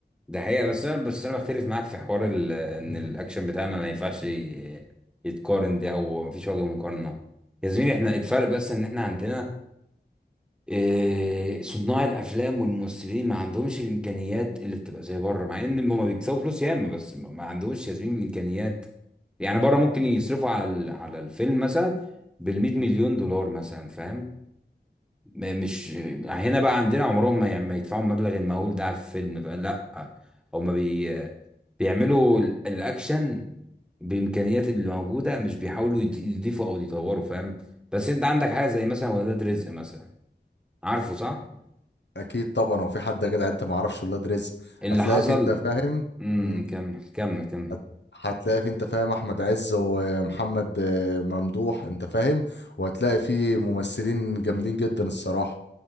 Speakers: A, in the centre; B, on the left.
A: ده حقيقة بس انا بس انا بختلف معاك في حوار ال- ان الاكشن بتاعنا ما ينفعش ي- يتقارن ده او مفيش وجه مقارنة يا زميلي احنا الفرق بس ان احنا عندنا إيه، صناع الافلام والممثلين ما عندهمش الامكانيات اللي بتبقى زي بره مع ان هم بيكسبوا فلوس ياما بس ما ما عندهمش يا زميلي الامكانيات يعني بره ممكن يصرفوا على ال- على الفيلم مثلا بال 100 مليون دولار مثلا فاهم م- مش هنا بقى عندنا عمرهم ما يع- ما يدفعوا المبلغ المهول ده على الفيلم فاهم؟ لا هم بي بيعملوا ال- الاكشن بامكانيات اللي موجوده مش بيحاولوا يض- يضيفوا او يطوروا فاهم بس انت عندك حاجه زي مثلا ولاد رزق مثلا عارفه صح
B: اكيد طبعا هو في حد يا جدع انت ما اعرفش ولاد رزق
A: اللي
B: هتلاقي
A: حصل
B: في انت فاهم
A: امم
B: مم.
A: كمل كمل كمل
B: هت- هتلاقي في انت فاهم احمد عز ومحمد آه، ممدوح انت فاهم وهتلاقي في ممثلين جامدين جدا الصراحه